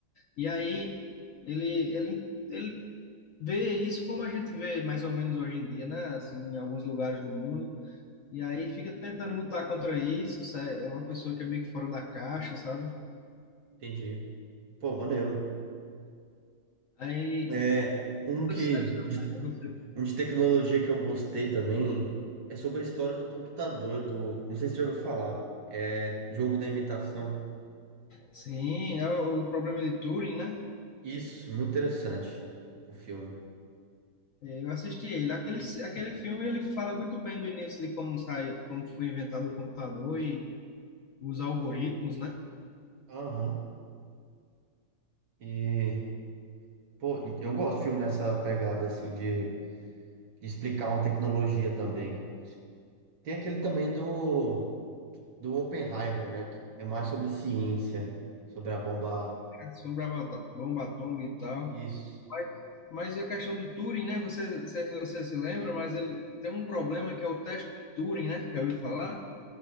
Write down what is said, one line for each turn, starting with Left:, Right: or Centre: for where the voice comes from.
Left: E aí ele, ele, ele vê isso como a gente vê mais ou menos hoje em dia, né? Assim, em alguns lugares do mundo. E aí fica tentando lutar contra isso, sa- é uma pessoa que é meio que fora da caixa, sabe?
Right: entendi. Pô, maneiro.
Left: Aí,
Right: É, um
Left: tudo
Right: que
Left: certo,
Right: de,
Left: né? você
Right: um de tecnologia que eu gostei também é sobre a história do computador, do, não sei se você já ouviu falar, é Jogo da Imitação.
Left: Sim, é o o problema de Turing, né?
Right: Isso, muito interessante o filme.
Left: É, Eu assisti ele. Aquele, aquele filme ele fala muito bem do início de como sai, como foi inventado o computador e os algoritmos, né?
Right: Aham. E, pô, eu gosto de filme nessa pegada assim de, de explicar uma tecnologia também. Tem aquele também do do Oppenheimer, né? que É mais sobre ciência, sobre a bomba.
Left: Sobre a bata- bomba atômica e tal.
Right: Isso.
Left: Mas, mas a questão do Turing, né? Você, não sei se você se lembra, mas ele tem um problema que é o teste de Turing, né? Já ouviu falar?